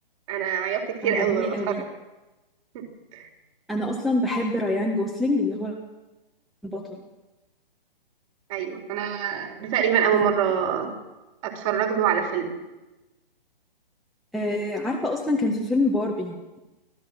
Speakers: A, on the right; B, in the centre.
A: انا عيطت كتير
B: عجبني
A: قوي وانا
B: قوي
A: بتفرج <laughs>
B: انا اصلا بحب رايان جوسلينج اللي هو البطل
A: ايوه انا ده تقريبا اول
B: كان
A: مره اتفرج له على فيلم
B: آه، عارفة اصلا كان في فيلم باربي